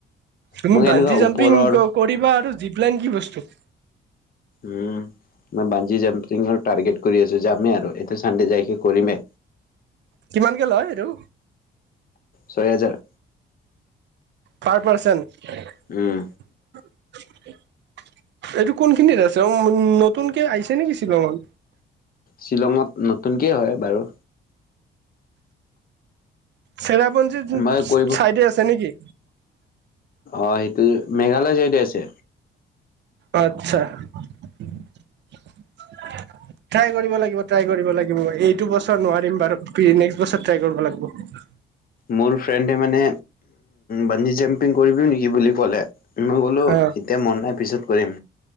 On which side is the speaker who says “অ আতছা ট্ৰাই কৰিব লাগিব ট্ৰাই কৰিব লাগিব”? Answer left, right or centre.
Right